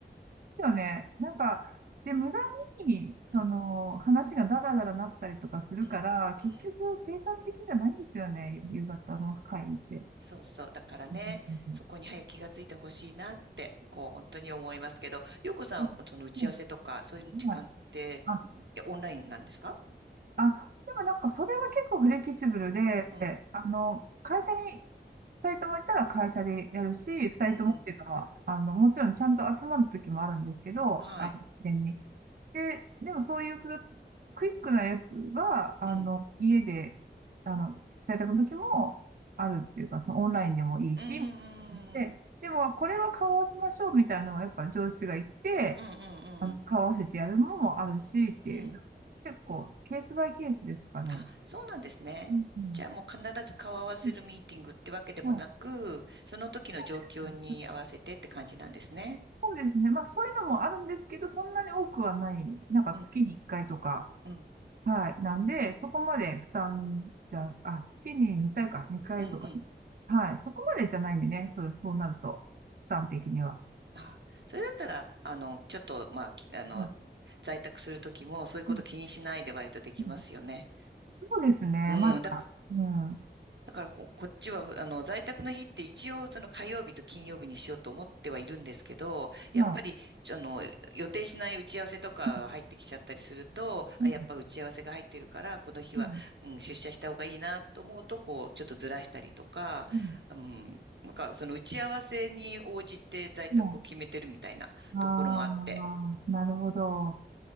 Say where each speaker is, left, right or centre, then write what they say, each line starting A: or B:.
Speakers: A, on the right (about 55°); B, on the right (about 75°).
A: すよね。なんか、で、無駄に、その、
B: うん、
A: 話がダラダラなったりとかするから、
B: うん、
A: 結局生産的じゃないんですよね、
B: うん。
A: 夕方の会って。
B: そうそう。だからね、
A: うんうん
B: そこに早く気がついてほしいなって、こう、本当に思いますけど、よこさん、
A: うん
B: その打ち合わせとか、
A: うん
B: そういう時間って、
A: うんうんはいあ、
B: いやオンラインなんですか
A: あ、でもなんかそれは結構フレキシブルで、
B: うん、
A: あの、会社に二人とも行ったら会社でやるし、二人ともっていうか、
B: うん、うん。
A: まあ、あの、もちろんちゃんと集まる時もあるんですけど、
B: はい。
A: あの、事前に。で、でもそういうククイックなやつは、あの、
B: うん。
A: 家で、あの、在宅の時もあるっていうか、そのオンラインでもいいし、
B: うん、う
A: で、
B: ん、うん、
A: でもこれは顔を合わせましょうみたいなのがやっぱ上司が言って、
B: うん、うん、うんうん。
A: あの、買わせてやるのもあるしっていう、
B: うん
A: 結構、ケースバイケースですかね。
B: あ、そうなんですね。
A: うんうん
B: じゃあもう必ず顔合わせるミーティングってわけでもなく、
A: うんまあ、
B: その時の状況に合わせてって感じなんですね。
A: そうですね。そうですね。まあ、そういうのもあるんですけど、そんなに多くはない。なんか月に1回とか。
B: うん、うん、
A: はい。なんで、そこまで負担じゃ、あ、月に2回か、2回とか。
B: うん、うん。
A: はい。そこまでじゃないんでね。それ、そうなると、負担的には。
B: あ、それだったら、あの、ちょっと、まあ、きあの、
A: まあ
B: 在宅するときも、そういうこと気にしないで割とできますよね。
A: うんうんそうですね。
B: うん、
A: まだ、
B: だから、
A: うん。うん
B: だからここっちは、あの、在宅の日って一応、その火曜日と金曜日にしようと思ってはいるんですけど、やっぱり、
A: まあ、
B: ちょあの、予定しない打ち合わせとかが入ってきちゃったりすると、
A: うん
B: あ、
A: うん
B: やっぱ打ち合わせが入ってるから、この日は、
A: うん
B: うん、出社した方がいいなと思うと、こう、ちょっとずらしたりとか、
A: うん
B: うん、なんか、その打ち合わせに応じて在宅を決めてるみたいなところもあって、
A: うんああ、なるほど。